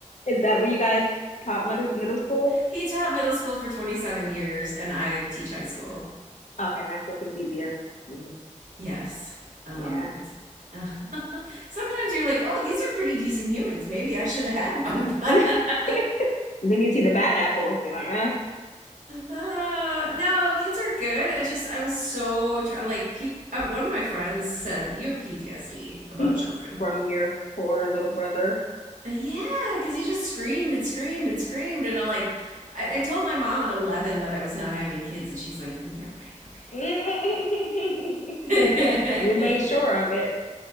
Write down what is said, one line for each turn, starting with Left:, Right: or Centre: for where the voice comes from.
Left: Is that where you guys taught middle, middle school?
Right: He taught middle school for 27 years, and I teach high school.
Left: Okay, high school seems easier. Mm,
Right: Yes. Um,
Left: yeah.
Right: it's uh, <laughs> sometimes you're like, oh, these are pretty decent humans. Maybe I should have had one, <laughs> but
Left: <laughs> And Then you see the bad apples, you're like,
Right: uh, no, kids are good. I just I was so tra- like, peop uh, one of my friends said you have PTSD about
Left: eh, <laughs>
Right: children.
Left: from your poor little brother.
Right: Uh, Yeah, because he just screamed and screamed and screamed, and I'm like, I, I told my mom at 11 that I was not having kids, and she's like, yeah, right, okay,
Left: <laughs> You
Right: whatever.
Left: made sure of it.